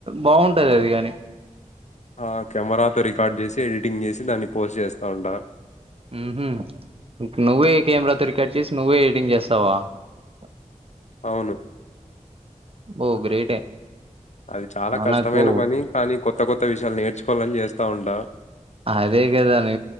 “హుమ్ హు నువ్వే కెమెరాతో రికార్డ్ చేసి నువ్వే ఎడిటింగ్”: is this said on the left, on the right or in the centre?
Right